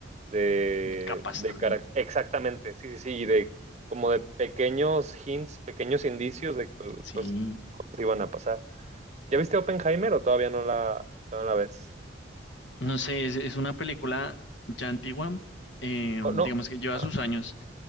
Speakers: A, on the right; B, on the left.
A: de,
B: De capas
A: de
B: también.
A: carac- exactamente, sí, sí, sí, y de como de pequeños hints, pequeños indicios de que
B: Sí.
A: pues, cosas iban a pasar. ¿Ya viste Oppenheimer o todavía no la, todavía no la ves?
B: No sé, es, es una película ya antigua, eh,
A: Co- no.
B: digamos que lleva
A: Ah,
B: sus años.